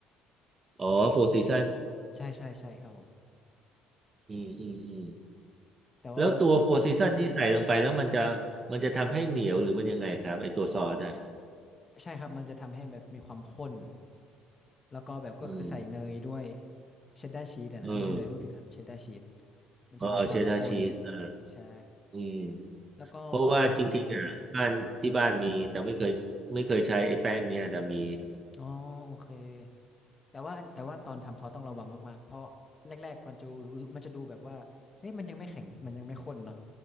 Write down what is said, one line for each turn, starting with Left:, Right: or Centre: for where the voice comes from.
Right: อ๋อโฟร์ซีซัน
Left: ใช่ใช่ใช่ครับผม
Right: อืมอืมอืม
Left: แต่ว่า
Right: แล้วตัวโฟร์ซีซันที่ใส่ลงไปแล้วมันจะมันจะทำให้เหนียวหรือมันยังไงครับไอตัวซอสอ่ะ
Left: ใช่ครับมันจะทำให้แบบมีความข้น แล้วก็แบบก็คือใส่เนยด้วย
Right: อืม
Left: เชดดาร์ชีสอะนะไม่ใช่เนยพูดผิดครับเชดดาร์ชีส
Right: เออ
Left: มันจะมีความข้น
Right: เออเชดดาร์ชีสอ่า
Left: ใช่
Right: อืม
Left: แล้วก็ก็
Right: เพราะว่าจริงๆอ่ะบ้านที่บ้านมีแต่ไม่เคยไม่เคยใช้ไอ้แป้งเนี้ยแต่มี
Left: อ๋อโอเคแต่ว่าแต่ว่าตอนทำซอสต้องระวังมากๆเพราะแรกๆมันจะรู้มันจะดูแบบว่าเอ้ยมันยังไม่แข็งมันยังไม่ข้นเนาะ